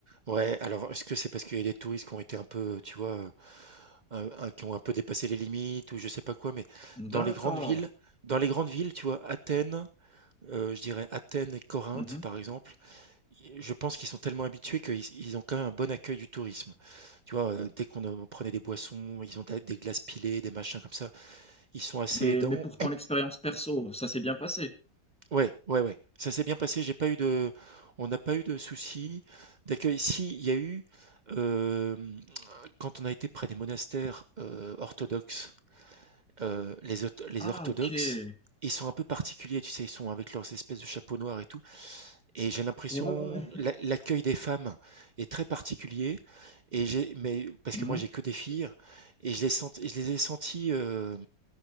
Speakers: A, on the right (about 65°); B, in the centre.
A: Ouais, alors est-ce que c'est parce qu'il y a des touristes qui ont été un peu, tu vois, euh, un- un- qui ont un peu dépassé les limites ou je sais pas quoi, mais
B: D'accord.
A: dans les grandes villes, dans les grandes villes, tu vois, Athènes, euh, je dirais Athènes et Corinthe,
B: Mhm.
A: par exemple, je pense qu'ils sont tellement habitués qu'ils ils ont quand même un bon accueil du tourisme. Tu vois, euh, dès qu'on euh, prenait des boissons, ils ont des des glaces pilées, des machins comme ça. Ils sont assez
B: Mais,
A: aidants.
B: mais pourtant, l'expérience perso, ça s'est bien passé.
A: Ouais, ouais, ouais. Ça s'est bien passé. J'ai pas eu de, on n'a pas eu de soucis d'accueil. Si, il y a eu euh, quand on a été près des monastères euh, orthodoxes, euh, les, orth- les
B: Ah,
A: orthodoxes,
B: ok. Ouais,
A: ils sont un peu particuliers. Tu sais, ils sont avec leurs espèces de chapeaux noirs et tout. Et j'ai l'impression
B: ouais, ouais.
A: l'a l'accueil des femmes est très particulier et j'ai mais parce
B: Mhm.
A: que moi j'ai que des filles et je les senti, je les ai sentis euh,